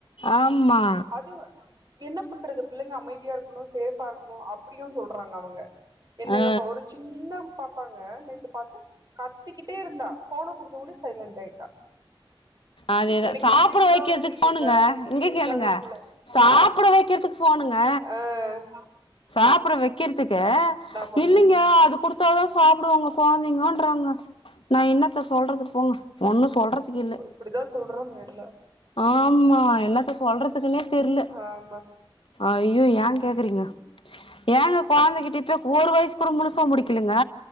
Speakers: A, on the left (about 70°); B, on the right (about 45°).
A: ஆமா
B: அது என்ன பண்றது பிள்ளைங்க அமைதியா இருக்கணு சேஃபா இருக்கணு அப்படியு சொல்றாங்க அவங்க என்னங்கப்போ
A: ஆ
B: ஒரு சின்ன பாப்பாங்க நேத்து பாத்த கத்திக்கிட்டே இருந்தா ஃபோன குடுத்த உன்னே சைலன்ட் ஆய்ட்டா
A: அதேதா
B: எனக்கு
A: சாப்புட
B: சிரிப்பு தா
A: வைக்கிறதுக்கு
B: வந்தது
A: போனுங்க
B: என்னடா இப்டி
A: இங்க
B: இருக்காங்க
A: கேளுங்க
B: புள்ள
A: சாப்பிட வெக்கிறதுக் போனுங்க
B: அ
A: சாப்ட வெக் கிற்துக்கே
B: பண்ணுவீங்க
A: இல்லைங்க அது குடுத்தாதா சாப்டுவாங்க கொழந்தைங்கோன்றாங்க நா இன்னத்த சொல்றது போங்க ஒன்னு சொல்றதுக் இல்லே
B: அப்டிதா சொல்றாங்க எல்லா
A: ஆமா என்னத்த சொல்றதுக்குன்னே தெர்லே
B: ஆமா
A: ஐயோ
B: ம்
A: ஏங் கேக்குறீங்க ஏங்க கொழந்தகிட்ட இப்பயே ஒரு வயசு கூட முழுசா முடிக்கலிங்க